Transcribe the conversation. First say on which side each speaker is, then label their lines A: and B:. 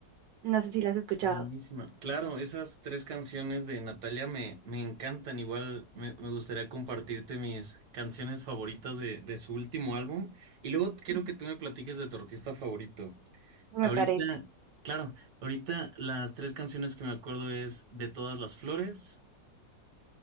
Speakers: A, on the right (about 75°); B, on the right (about 60°).
A: No sé si las has escuchado.
B: Buenísima. Claro, esas tres canciones de Natalia me, me encantan. Igual me, me gustaría compartirte mis canciones favoritas de, de su último álbum. Y luego quiero
A: Ujú.
B: que tú me platiques de tu artista favorito. Ahorita,
A: Me parece.
B: claro, ahorita las tres canciones que me acuerdo es De todas las flores,